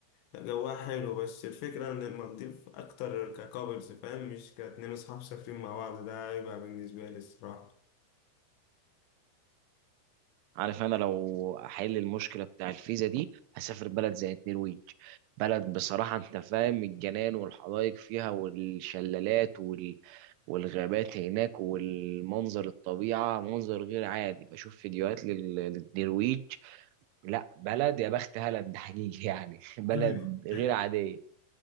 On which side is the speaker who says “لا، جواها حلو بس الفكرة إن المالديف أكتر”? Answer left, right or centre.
Left